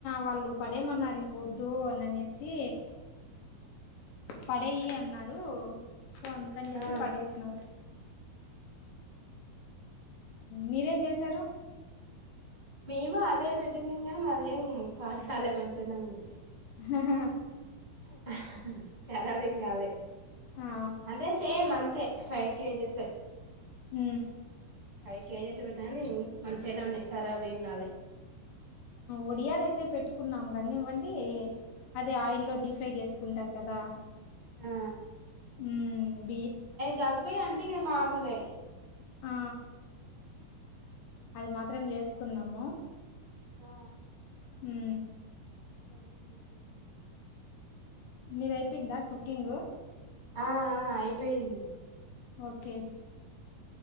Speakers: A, on the left; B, on the right.
A: వాళ్ళు పడేమన్నారు ఇంకొద్దు అని అనేసి పడేయి అన్నారు సో అందుకని చెప్పి
B: ఆ
A: పడేసినరు మీరేం చేశారు
B: మేము అదే పెట్టినాం కానీ అదే పాడకాలే మంచిగానే ఉంది
A: హా
B: <inaudible> కరబ్ ఎం కాలే
A: ఆ
B: అంటే సేమ్ అంతే ఫైవ్ కేజీస్ఎ
A: హు
B: ఫైవ్ కేజేస్ చేసి పెట్టనా గాని మంచిగానే ఉన్నాయి ఖరాబ్ ఏం కాలే
A: ఒడియలు అయితే పెట్టుకున్నాం కానివ్వండి అదే ఆయిల్లో డిఫ్రై చేసుకుంటారు కదా
B: ఆ
A: హు
B: గవ్వి అంటే ఇంగ మామూలే
A: ఆ అది మాత్రం చేసుకున్నాము
B: ఆ
A: హు
B: <inaudible>
A: మీద అయిపోందా కుకింగు
B: ఆ ఆ అయిపోయింది
A: ఓకే